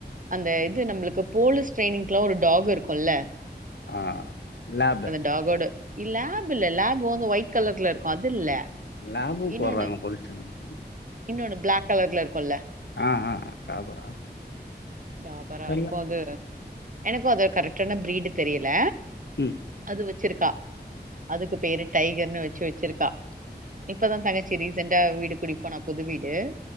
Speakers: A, on the right; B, on the left.
A: அந்த இது நம்மளுக்கு போலீஸ் ட்ரைனிங்குலா ஒரு டாக் இருக்குல்ல
B: ஆ லேப்
A: டாகோடு லேப் இல்ல லேப் வந்து ஒயிட் கலர்ல இருக்கு அது இல்ல
B: லாப்பு
A: இன்னொன்னு
B: போற்றாங்க போலீஸ் டிரைனிங்கி
A: இன்னொன்னு பிளாக் கலர்ல இருக்குல்ல
B: ஆ ஆ டாபரா
A: டாபரா
B: தெர்ல
A: இருக்கு அது எனக்கு அத கரெக்டான ப்ரீடு தெரியல
B: ம்
A: அது வச்சிருக்கா அதுக்கு பேரு டைகர்னு வச்சு வச்சிருக்கா இப்பதா தங்கச்சி ரீசெண்டா வீடு குடிப்போனா புது வீடு